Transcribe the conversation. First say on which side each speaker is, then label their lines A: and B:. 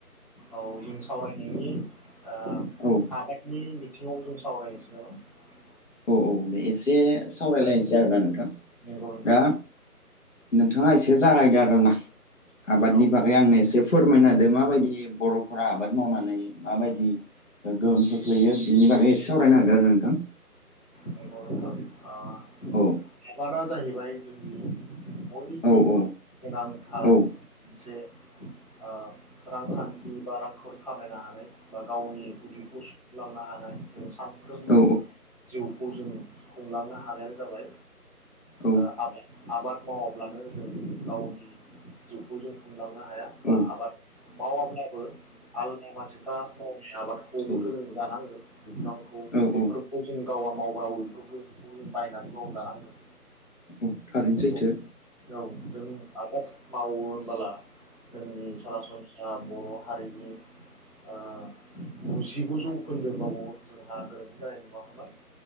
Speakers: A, on the left; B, on the left.
A: औ जों सावरायनायनि ओ
B: औ
A: आबादनि बिथिङाव जों सावरायसै नामा?
B: औ औ दे एसे सावरायलायनोसै आरोना नोंथां?
A: नंगौ नोंथां
B: दा नोंथाङा एसे जागायदो आरोना आबादनि
A: औ
B: बागै आंनो एसे फोरमायना जे माबायदि बर'फोरा आबाद मावनानै माबायदि ओ गोहोम खोख्लैयो बिनि बागै एसे सावरायना होदो आरो नोंथां।
A: नंगौ नोंथां। अ
B: औ
A: <unintelligible> जाहैबाय जोंनि बयनिख्रुयबो
B: औ औ
A: गोनां आ
B: औ
A: मोनसे ओ रांखान्थि बा रांखावरि खामायनो हानाय बा गावनि उदिखौ सुफुंलांनो हानाय जों सानफ्रोमबोनि
B: औ
A: जिउ खौ जों खुंलांनो हानायानो जाबाय
B: औ
A: ओ आबाद आबाद मावाब्लानो जों गावनि जिउखौ जों खुंलांनो हाया बा
B: औ
A: आबाद मावाब्लाबो आलादा मानसिफ्रा मावनाय आबादखौबोथ
B: औ
A: जों जानांगोन बिफांखौ
B: औ
A: बेफोरखौ
B: औ
A: जों गावा माव <unintelligible> फोरखौ इखौ जों बायनानै बाबो जानांगोन।
B: औ थारैनो
A: नंगौ
B: सैथो
A: औ जों आबाद मावो ओनबोला जोंनि सरासनस्रा बर' हारिनि ओ गुजिगु जौखोन्दो जोंहा गोरोन्थि जानाय नङा खोमा।